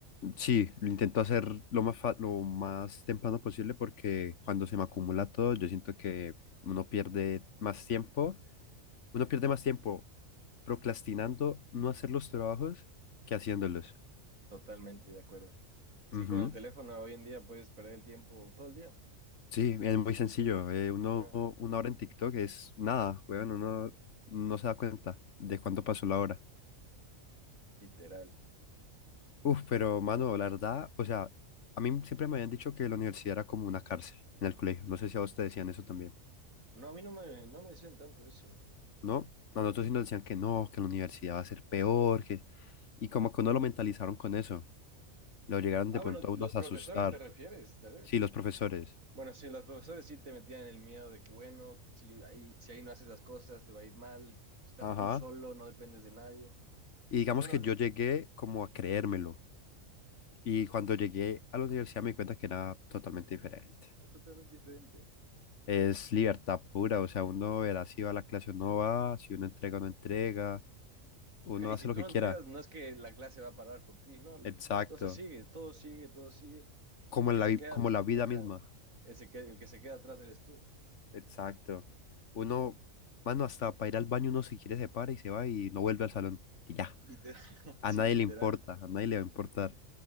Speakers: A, on the left; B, on the right.
A: Sí, lo intento hacer lo más fa- lo más temprano posible porque cuando se me acumula todo, yo siento que uno pierde más tiempo, uno pierde más tiempo procrastinando no hacer los trabajos que haciéndolos.
B: Totalmente de acuerdo. Es
A: Ujú.
B: que con el teléfono hoy en día puedes perder el tiempo todo el día.
A: Sí, es muy sencillo. eh, uno,
B: Ajá.
A: una hora en TikTok es nada, weón, uno no se da cuenta de cuánto pasó la hora.
B: Literal.
A: Uf, pero mano, la verdad, o sea, a mí siempre me habían dicho que la universidad era como una cárcel en el colegio. No sé si a vos te decían eso también,
B: No, a mí no me, no me decían tanto eso.
A: ¿no? A nosotros sí nos decían que no, que la universidad va a ser peor, que... Y como que uno lo mentalizaron con eso. Lo llegaron
B: Ah,
A: de
B: bueno,
A: pronto a uno
B: los profesores
A: a asustar.
B: te refieres, tal vez.
A: Sí, los profesores.
B: Bueno, sí, los profesores sí te metían el miedo de que, bueno, si ahí, si ahí no haces las cosas, te va a ir mal, estás
A: Ajá.
B: tú solo, no dependes de nadie.
A: Y digamos
B: Pero bueno,
A: que
B: es
A: yo llegué como a creérmelo. Y cuando llegué a la universidad me di cuenta que era totalmente diferente.
B: totalmente diferente.
A: Es libertad pura, o sea, uno verá si va a la clase o no va, si uno entrega o no entrega, uno
B: Ajá, y
A: hace
B: si tú
A: lo que
B: no
A: quiera.
B: entregas, no es que la clase va a parar por ti, no, las
A: Exacto.
B: cosas siguen, todo sigue, todo sigue.
A: Como
B: El que
A: en
B: se
A: la, vi-
B: queda,
A: como la vida
B: ajá,
A: misma.
B: el, se que- el que se queda atrás eres tú.
A: Exacto. Uno, mano, hasta para ir al baño uno si quiere se para y se va y no vuelve al salón. Y ya.
B: Literal, <laughs> sí,
A: A nadie
B: literal,
A: le importa, a nadie le va a importar.